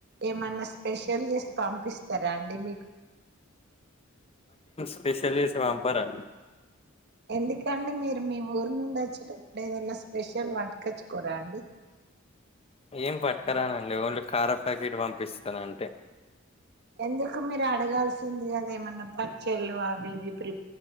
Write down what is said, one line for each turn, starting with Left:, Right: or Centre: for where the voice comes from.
Right: ఏమైన్నా స్పెషల్ చేసి పంపిస్త స్తరా అండి మీ
Left: సెపెషల్ చేసి పంపారా
Right: ఎందుకండి మీరు మీ ఊరు నుండి వచ్చేటప్పుడు ఏదన్నా స్పెషల్ వాటుకచ్చుకోరా అండి
Left: ఏం పట్కరానండి ఓన్లీ కార ప్యాకెట్ పంపిస్తానంటే
Right: ఎందుకు మీరు అడగాల్సింది కదా ఏమన్నా పచ్చళ్ళు అవి ఇవి ప్రి